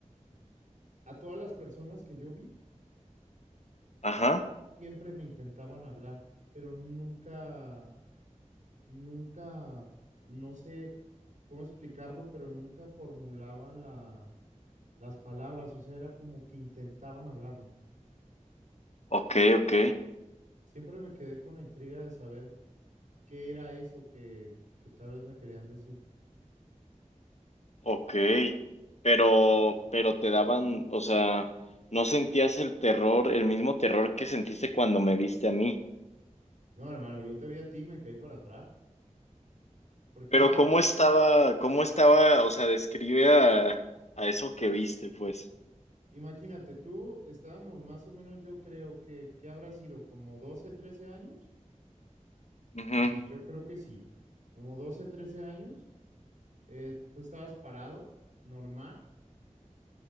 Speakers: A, on the right; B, on the left.
A: A todas las personas que yo vi,
B: Ajá.
A: siempre me intentaban hablar, pero nunca, nunca, no sé cómo explicarlo, pero nunca formulaban la, las palabras, o sea, era como que intentaban hablarme.
B: Ok, ok,
A: Siempre me quedé con la intriga de saber qué era eso que, que tal vez me querían decir.
B: ok. Pero, pero te daban, o sea, no sentías el terror, el mismo terror que sentiste cuando me viste a mí.
A: No, hermano, yo te vi a ti, me caí para atrás, porque
B: Pero
A: era,
B: ¿cómo estaba, cómo estaba, o sea, describe a, a eso que viste, pues.
A: imagínate, tú estábamos más o menos, yo creo que, ¿qué habrá sido? ¿Como 12, 13 años?
B: Ujú,
A: Sí, yo creo que sí, como 12, 13 años, eh, tú estabas parado, normal.